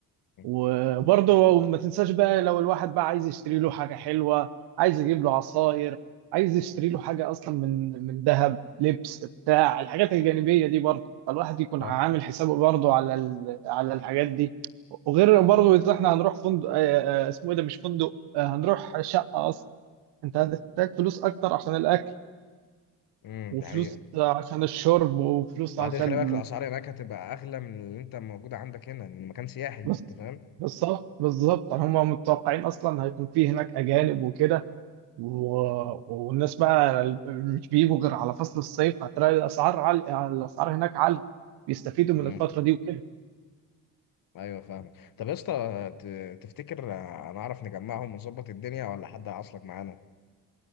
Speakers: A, on the left; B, on the right.
A: مم.
B: وبرضه ما تنساش بقى لو الواحد بقى عايز يشتري له حاجة حلوة عايز يجيب له عصاير عايز يشتري له حاجة أصلا من من ذهب لبس بتاع الحاجات الجانبية دي برضه فالواحد يكون
A: صح
B: عامل حسابه برضه على ال... على الحاجات دي وغير برضه إذا إحنا هنروح فندق آه، آه، اسمه إيه ده مش فندق آه، هنروح شقة أصلا أنت هتحتاج فلوس أكتر عشان الأكل
A: امم
B: وفلوس
A: ده حقيقة
B: عشان الشرب وفلوس
A: وبعدين
B: عشان
A: خلي بالك الاسعار هناك هتبقى اغلى من اللي انت موجود عندك هنا لان مكان سياحي انت
B: بس
A: فاهم
B: بالظبط بالظبط هما متوقعين أصلا هيكون في هناك أجانب وكده و- والناس بقى مش بيجوا غير على فصل الصيف هتلاقي الاسعار عالية الاسعار هناك عالية بيستفيدوا من
A: امم
B: الفترة دي وكده
A: ايوه فاهمك طب يا اسطى ت- تفتكر هنعرف نجمعهم ونظبط الدنيا ولا حد هيعصلك معانا